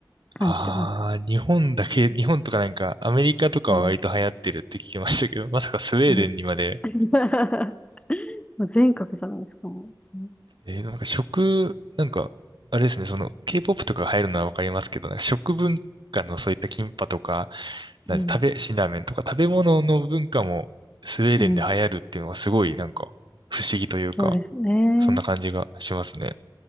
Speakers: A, on the left (about 15°); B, on the right (about 75°).
A: 感じてます。
B: ああ、日本だけ、日本とかなんか、アメリカとかは割と流行ってるって聞きましたけど、
A: うん。
B: <laughs> まさかスウェーデンにまで、
A: もうん <laughs> もう全国じゃないですか、もう。う
B: えーなんか食、なんか、あれですね、その、K-POP とかが入るのはわかりますけど、なんか食文化のそういったキンパとか、なん食べ、
A: ん。
B: 辛ラーメンとか食べ物の文化もスウェーデンで流行るっていうのがすごいなんか不思議というか、
A: うん。そうですね。
B: そんな感じがしますね。